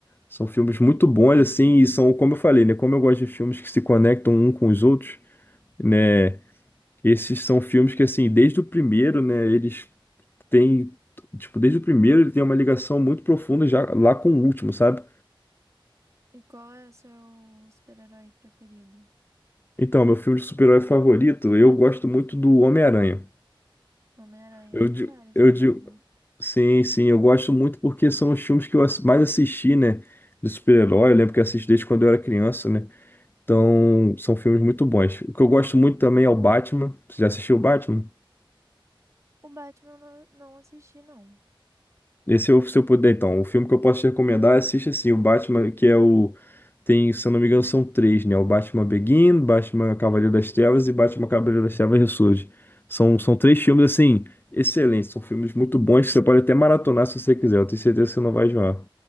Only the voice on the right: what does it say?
E qual é seu super-herói preferido?
Homem-Aranha,
tem
vários
também,
né?
O Batman eu não, não assisti, não.